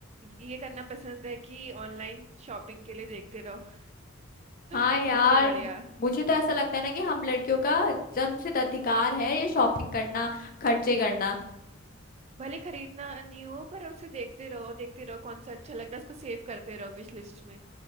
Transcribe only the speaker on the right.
ये करना पसंद है कि ऑनलाइन शॉपिंग के लिए देखते रहो <laughs>
सबसे बढ़िया
भले खरीदना नहीं हो पर उसे देखते रहो देखते रहो कौन सा अच्छा लग रहा है उसको सेव करते रहो विश लिस्ट में